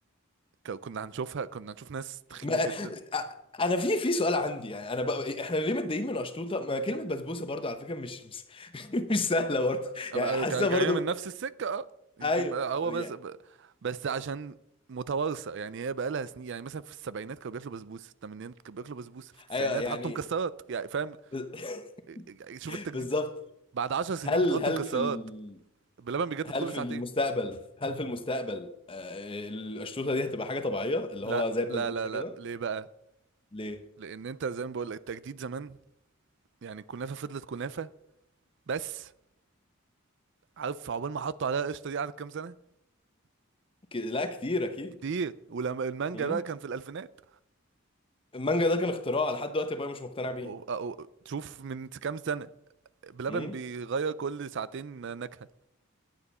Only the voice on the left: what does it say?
ما...
أ- انا في في سؤال عندي يعني انا بقى... احنا ليه متضايقين من قشطوطه ما كلمه بسبوسه برضو على فكره مش مش, <laughs> مش سهله برضو
يعني حاسسها
برضو
ايوه
يعني
ايوه يعني
ب-
<laughs>
بالظبط
هل
هل
في ال...
هل
في
المستقبل هل في المستقبل آه، القشطوطه دي هتبقى حاجه طبيعيه اللي
هو زي البسبوسه
كده
ليه
ك... لا كتير اكيد
مم.
المانجا ده كان اختراع لحد دلوقتي ابويا مش مقتنع بيه
مم.